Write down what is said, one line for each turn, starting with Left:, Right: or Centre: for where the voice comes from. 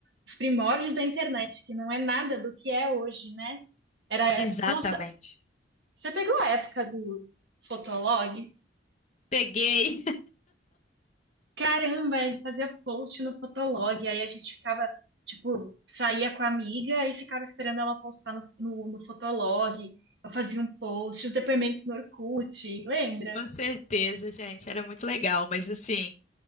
Right: os primórdios da internet, que não é nada do que é hoje, né? Era,
Left: Exatamente.
Right: nossa, você pegou a época dos fotologs?
Left: Peguei.
Right: Caramba, a gente fazia post no Fotolog, aí a gente ficava, tipo, saía com a amiga e ficava esperando ela postar no, no, no Fotolog. Eu fazia um post, os depoimentos no Orkut, lembra?
Left: Com certeza, gente, era muito legal, mas assim,